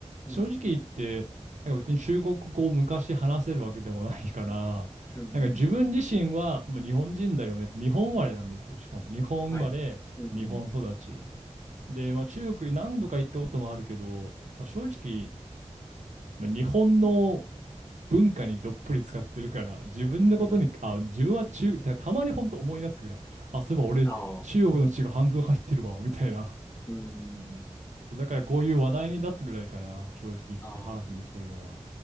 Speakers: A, on the left; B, on the right.
A: うん、
B: 正直言って、なんか別に中国語を昔話せるわけでもないから、
A: うん、
B: なんか自分自身はもう日本人だよね。日本生まれなんですよ。しかも、日本生まれ、
A: はい。うん、
B: 日本育ち。で、まあ、中国に何度か行ったこともあるけど、まあ、正直、まあ、日本の文化にどっぷり使ってるから、自分のことに、
A: うん、うん
B: あ、自分は中、た、たまに本当思い出すぐらい、あ、そういえば俺、
A: ああ、
B: 中国の血が半分入ってるわ、みたいな。
A: うん、
B: そう、だからこういう話題に出すぐらいかな、正直言って、
A: ああ、
B: ハーフにするのは。